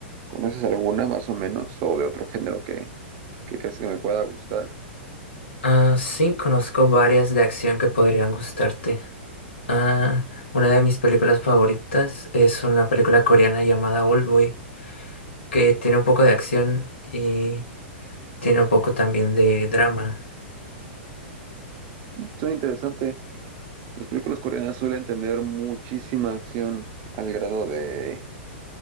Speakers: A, on the right (about 35°); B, on the left (about 70°).
A: ¿Conoces alguna más o menos o de otro género que, que crees que me pueda gustar?
B: Ah, sí, conozco varias de acción que podrían gustarte. Ah, una de mis películas favoritas es una película coreana llamada Oldboy que tiene un poco de acción y tiene un poco también de drama.
A: Suena interesante. Las películas coreanas suelen tener muchísima acción al grado de